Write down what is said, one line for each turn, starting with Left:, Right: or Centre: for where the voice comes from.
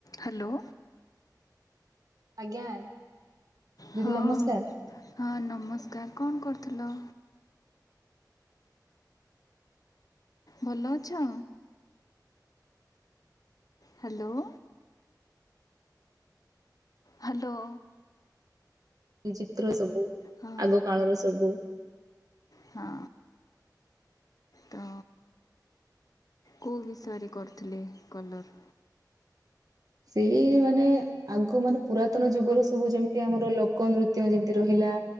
Left: Hello.
Right: ଆଜ୍ଞା। ଦିଦି
Left: ହଁ
Right: ନମସ୍କାର
Left: ହଁ ନମସ୍କାର କଣ କରୁଥିଲ? ଭଲ ଅଛ? ହ୍ୟାଲୋ। ହ୍ୟାଲୋ।
Right: ଏ ଚିତ୍ର ସବୁ
Left: ହଁ
Right: ଆଗ କାଳର ସବୁ
Left: ହଁ, ତ କେଉଁ ବିଷୟରେ କରୁଥିଲେ କଲର୍?
Right: ସେଇ ମାନେ ଆଗ ମାନେ ପୁରାତନ ଯୁଗର ସବୁ ଯେମିତି ଆମର ଲୋକ ନୃତ୍ୟ ଯେମିତି ରହିଲା